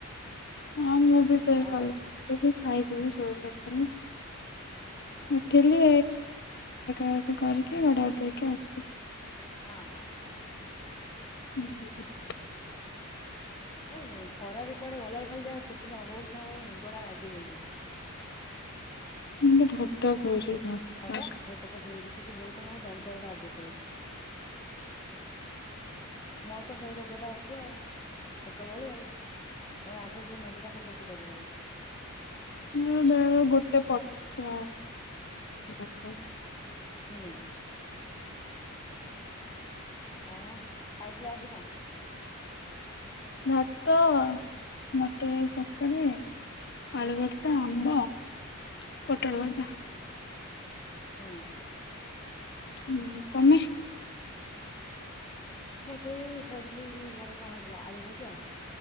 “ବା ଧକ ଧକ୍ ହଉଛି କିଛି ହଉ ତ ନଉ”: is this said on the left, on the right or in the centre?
Left